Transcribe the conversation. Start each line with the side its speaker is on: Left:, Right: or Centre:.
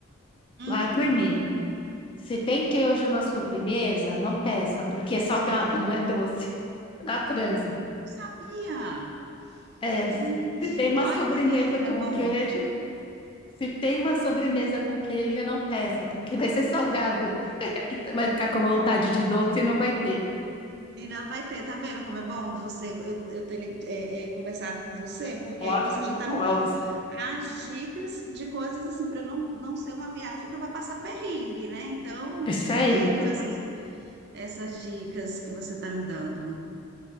Right: Hum,
Left: Lá por mim. Se tem queijo na sobremesa, não peça, porque é salgado, não é doce. Na França,
Right: sabia.
Left: é.
Right: Gente,
Left: Se tem uma
Right: olha,
Left: sobremesa
Right: aí, tá vendo como
Left: com
Right: é bom?
Left: queijo, se tem uma sobremesa com queijo, não peça, porque vai ser salgado. <laughs> Você vai ficar
Right: <laughs>
Left: com vontade de doce e não vai ter.
Right: E não vai ter, tá vendo como é bom você, eu, eu ter li- é, é, conversado com você, porque
Left: Olha,
Right: aí você já tá me
Left: olha,
Right: dando as dicas de coisas assim, para não, não ser uma viagem que eu vou passar perrengue, né? Então,
Left: É isso
Right: perfeito,
Left: aí.
Right: essa, essas dicas que você está me dando.